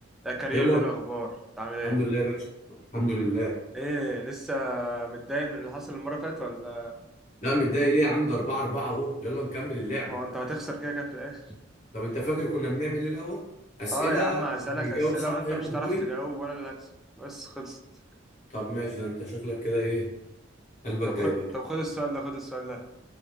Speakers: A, in the centre; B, on the left (about 40°).
A: يا كريم
B: يا مول
A: ايه الاخبار انت عامل ايه
B: الحمد لله يا باشا الحمد لله
A: ايه لسه متضايق من اللي حصل المره اللي فاتت ولا
B: لا متضايق ليه يا عم ده 4 4 اهو يلا نكمل اللعبه
A: ما هو انت هتخسر كده كده في الاخر
B: طب انت فاكر كنا بنعمل ايه الاول اسئله
A: اه يا عم هسألك
B: اللي يجاوب
A: اسئله
B: صح
A: وانت
B: ياخد
A: مش هتعرف
B: بوينت
A: تجاوب وانا اللي هكسب بس خلصت
B: طب ماشي ده انت شكلك كده ايه قلبك
A: طب
B: جايبك
A: خد طب خد السؤال ده خد السؤال ده